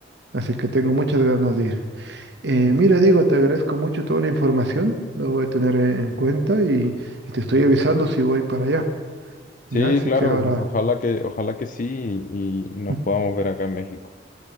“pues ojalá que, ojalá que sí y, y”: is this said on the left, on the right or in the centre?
Left